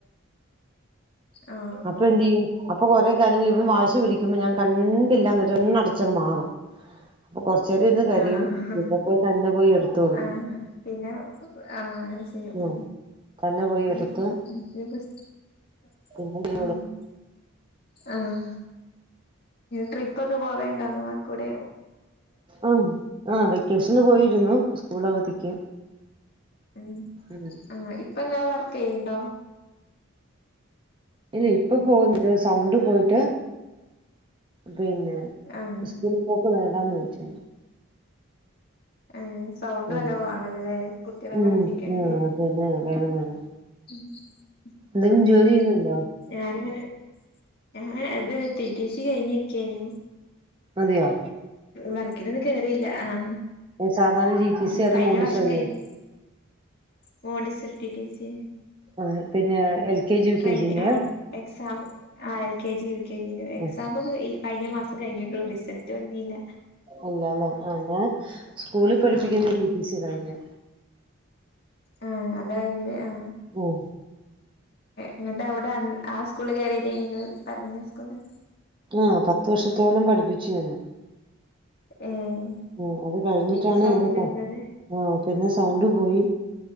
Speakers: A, on the left (about 50°); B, on the right (about 25°).
A: ആഹ്
B: അപ്പൊ എന്ത് ചെയ്യും അപ്പൊ കൊറേ കാര്യങ്ങള് ഇവൻ വാശ് പിടിക്കുമ്പോ ഞാൻ കണ്ടില്ലാന്ന് ഒരെണ്ണടച്ചങ്ങ് മാറും അപ്പൊ കൊറച്ചേരം ഇരുന്ന് കരയും
A: ആഹഹഹ
B: പിന്നെ പോയി തന്നെ പോയി എടുത്തോളും
A: ആഹ് ഹ് പിന്നെ ആഹ് ശരി
B: ഉം
A: മ്
B: തന്നെ പോയി
A: <unintelligible>
B: എടുത്ത് പിന്നെ
A: ആഹ് ആഹ് ട്രിപ്പൊക്കെ പോവേണ്ടാന്ന് കൂടെ
B: ആഹ് അഹ് വെക്കേഷന് പോയിരുന്നു സ്കൂൾ അവധിക്ക്
A: മ്
B: ഉം
A: ആ ഇപ്പങ്ങള് വർക്ക് ചെയ്യണ്ടോ
B: ഇല്ല ഇപ്പൊ പോകുന്നില്ല ഒരു സൗണ്ട് പോയിട്ട് പിന്നെ
A: ആഹ്
B: സ്കൂൾ പോക്ക് വേണ്ടാന്ന് വെച്ചു
A: ഏഹ് സൗണ്ട്
B: ഉം
A: നല്ല വേണല്ലോല്ലേ കുട്ടികളെ
B: ഉം
A: പഠിപ്പിക്കണെങ്കില്
B: ആഹ് അതന്നെ വേണം വേണം
A: മ്
B: എന്തെങ്കിലും
A: മ്
B: ജോലി ചെയ്യുന്നുണ്ടോ
A: ഞാനിങ്ങനെ ഞാൻ എന്താ ടി ടി സി കഴിഞ്ഞിര്ക്കേനു
B: അതെയോ
A: വർക്കിനൊന്നും കേറിയില്ല ആഹ്
B: സാധാരണ ജി ടി
A: അയ്യോ
B: സി അതോ
A: കഴിഞ്ഞ
B: മോണ്ടിസോറിയോ
A: വർഷം കഴിഞ്ഞു മോണ്ടിസർ ടി ടി സി
B: ആഹ് പിന്നെ L K G U
A: training
B: K ജിന്റെയാ
A: ആഹ് എക്സാം ആഹ് L K G U K ജിന്റെ എക്സാം
B: ആ
A: ഈ കഴിഞ്ഞ മാസം കഴിഞ്ഞിട്ടൊള്ളു റിസൾട്ട്‌ വന്നില്ല
B: അല്ലല്ലേ ആഹ് ഞാൻ സ്കൂളിൽ പഠിപ്പിക്കുന്ന
A: ആഹ്
B: ടി ടി സി കഴിഞ്ഞ്
A: ആഹ അത കഴിഞ്ഞത് ആ
B: ഉം
A: എന്നിട്ട് അവിടെ സ്കൂള് കയറിയത നിങ്ങള്ൾ പറഞ്ഞ സ്കൂള്
B: ആഹ പത്ത വർഷത്തോളം പഠിപ്പിച്ചു ഞാന്
A: ഏഹ്
B: ഉം അത് കഴിഞ്ഞിട്ടാണ്
A: പിന്നെ സൗണ്ടിന്
B: എന്റെ
A: വന്നത്
B: ആ പിന്നെ സൗണ്ട് പോയി